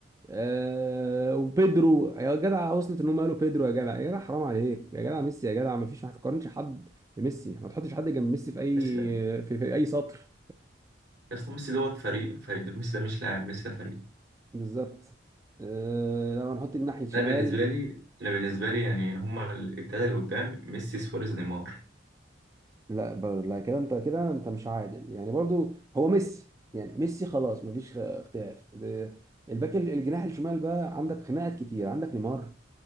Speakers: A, on the right (about 15°); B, on the right (about 65°).
A: آه، وبيدرو يا جدع وصلت ان هم قالوا بيدرو يا جدع يا جدع حرام عليك يا جدع ميسي يا جدع ما فيش ما تقارنش حد بميسي ما تحطش حد جنب ميسي في اي
B: بس
A: في, في اي سطر
B: اصلا ميسي دوت فريق فريق ميسي ده مش لاعب ميسي ده فريق
A: بالظبط آه، لو هنحط جناح شمال
B: انا بالنسبه لي انا بالنسبه لي يعني هما التلاته اللي قدام ميسي سواريز نيمار
A: لا بر... لا كده انت كده انت مش عادل يعني برضو هو ميسي يعني ميسي خلاص مفيش اختلاف ده- الباك ال- الجناح الشمال بقى عندك خناقات كتير عندك نيمار